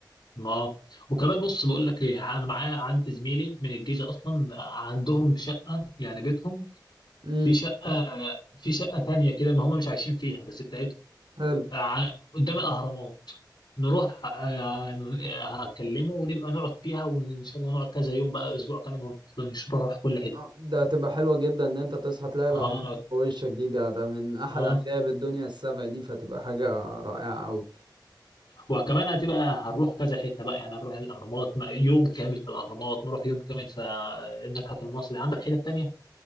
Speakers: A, on the left; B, on the right.
A: اه وكمان بص بقول لك ايه انا معايا عندي زميلي من الجيش اصلا عندهم شقه يعني بيتهم
B: امم
A: في شقه في شقه تانية كده ما هم مش عايشين فيها بس بتاعتهم
B: حلو
A: ع- قدام الأهرامات نروح آه، آه، هكلمه ونبقى نقعد فيها وإن شاء الله نقعد كذا يوم بقى أسبوع كمان ونروح كل حتة
B: اه ده هتبقى حلوة جدا ان انت تصحى تلاقي الاهرامات
A: اه
B: في وشك دي ده, ده من احد
A: اه
B: عجائب الدنيا السبع دي فتبقى حاجة رائعة اوي
A: وكمان هتبقى هنروح كذا حتة بقى يعني هنروح الأهرامات م- يوم كامل في الأهرامات نروح يوم كامل في آه، المتحف المصري عندك حتة تانية؟